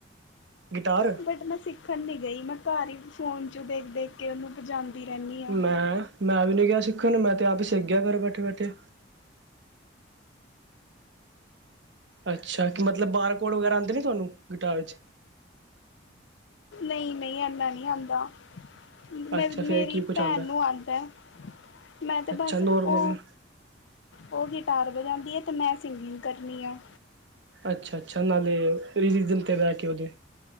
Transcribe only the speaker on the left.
ਬਟ ਮੈਂ ਸਿੱਖਣ ਨੀ ਗਈ ਮੈਂ ਘਰ ਹੀ ਫੋਨ ਚੋ ਦੇਖ- ਦੇਖ ਕੇ ਓਨੂੰ ਵਜਾਦੀ ਰੇਨੀਂ ਆ।
ਨਈ- ਨਈ ਐਨਾ ਨੀ ਆਦਾ। ਮੈ
ਮੇਰੀ
ਭੈਣ
ਨੂੰ ਆਂਦਾ ਮੈਂ ਤਾਂ
ਬਸ
ਓ। ਉਹ ਗਿਟਾਰ ਵਜਾਂਦੀ ਐ ਤੇ ਮੈਂ ਸਿੰਗਿੰਗ ਕਰਨੀ ਆ।